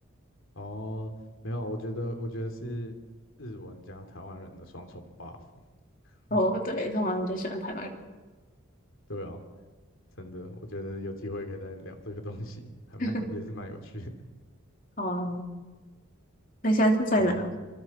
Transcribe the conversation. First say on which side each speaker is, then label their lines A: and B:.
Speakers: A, on the left; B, on the left.
A: 哦，没有，我觉得，我觉得是日文加台湾人的双重 buff
B: <laughs>
A: <laughs>。
B: 哦，对，他们好像比较喜欢台湾人。
A: 对啊，真的，我觉得有机会可以再聊这个东西，还蛮有，
B: <laughs>
A: 也是蛮有趣的。
B: 好啊，好啊那下次再聊。
A: 好